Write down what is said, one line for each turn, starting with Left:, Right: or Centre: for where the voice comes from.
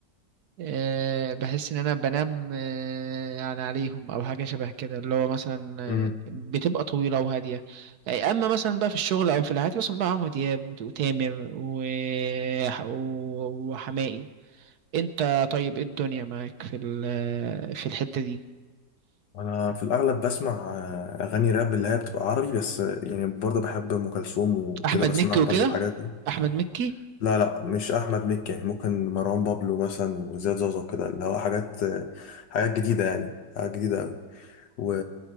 Right: آه، بحس ان انا بنام آه، يعني عليهم او حاجه شبه كده اللي هو مثلا
Left: امم
Right: آه، بتبقى طويله وهاديه آه، اما مثلا بقى في الشغل او في العادي مثلا بقى عمرو دياب وت- وتامر و- و- وحماقي انت طيب ايه الدنيا معاك في ال- في الحته دي
Left: انا في الاغلب بسمع آه، اغاني راب اللي هي بتبقى عربي بس آه، يعني برضه بحب ام كلثوم وكده
Right: احمد
Left: بسمع
Right: مكي وكده
Left: برضه الحاجات دي
Right: احمد مكي
Left: لا لا مش احمد مكي يعني ممكن مروان بابلو مثلا وزياد زوزة وكده اللي هو حاجات آه، حاجات جديدة يعني حاجات جديدة قوي و...